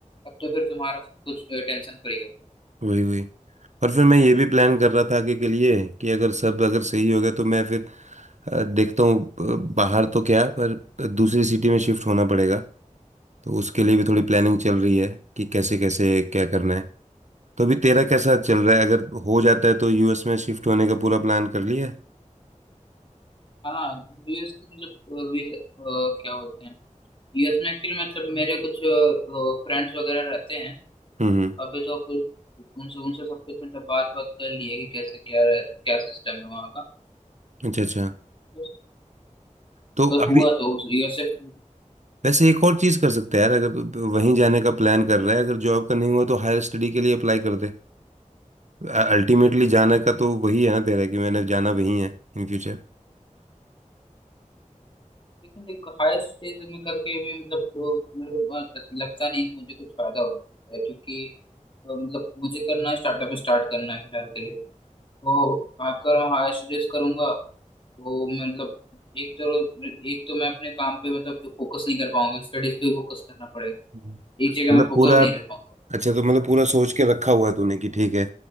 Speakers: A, on the left (about 40°); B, on the right (about 60°).
A: तब तो फिर तुम्हारा सब कुछ टेंशन फ्री है
B: वही वही और फिर मैं ये भी प्लान कर रहा था आगे के लिए कि अगर सब अगर सही हो गया तो मैं फिर अ, देखता हूँ अ, बाहर तो क्या पर दूसरी सिटी में शिफ्ट होना पड़ेगा तो उसके लिए भी थोड़ी प्लानिंग चल रही है कि कैसे कैसे क्या करना है तो अभी तेरा कैसा चल रहा है अगर हो जाता है तो यूएस में शिफ्ट होने का पूरा प्लान कर लिया है
A: हाँ यूएस के मतलब अ, वीस- अ, क्या बोलते हैं यूएस में एक्चुअली मतलब मेरे कुछ फ्रेंड्स वगैरह रहते हैं
B: हम्म हम्म,
A: अभी तो कुछ उनसे उनसे सब कुछ मतलब बात बात कर ली है कि कैसे क्या रह, क्या सिस्टम है वहाँ का
B: अच्छा अच्छा
A: बस
B: तो
A: अगर
B: अभी
A: हुआ तो उस यूएसएफ
B: वैसे एक और चीज़ कर सकते हैं यार अगर वहीं जाने का प्लान कर रहा है अगर जॉब का नहीं हुआ तो हायर स्टडी के लिए अप्लाई कर दे अल्टीमेटली जाना का तो वही है ना तेरा कि मैंने जाना वही है इन फ्यूचर
A: लेकिन देखो हायर स्टेज में करके भी मतलब तो मेरे को बहुत ऐसा लगता नहीं कि मुझे कुछ फायदा होगा क्योंकि अ, मतलब मुझे करना है स्टार्टअप स्टार्ट करना है फिलहाल के लिए तो आकर मैं हायर स्टडीज करूंगा तो मैं मतलब एक तो एक तो मैं अपने काम पे मतलब जो फोकस नहीं कर पाऊंगा स्टडीज पे फोकस करना पड़ेगा
B: मतलब
A: एक जगह में फोकस
B: पूरा
A: नहीं रह पाऊंगा
B: अच्छा तो मतलब पूरा सोच के रखा हुआ है तूने कि ठीक है